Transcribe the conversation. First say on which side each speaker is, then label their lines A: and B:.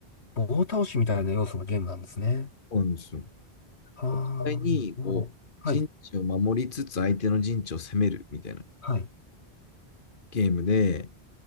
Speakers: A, on the left (about 80°); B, on the left (about 50°).
A: 棒倒しみたいな要素のゲームなんですね。
B: そうなんですよ。
A: あ
B: 実際に、
A: あ、なるほど。
B: こう、
A: はい。
B: 陣地を守りつつ相手の陣地を攻めるみたいな
A: はい。
B: ゲームで、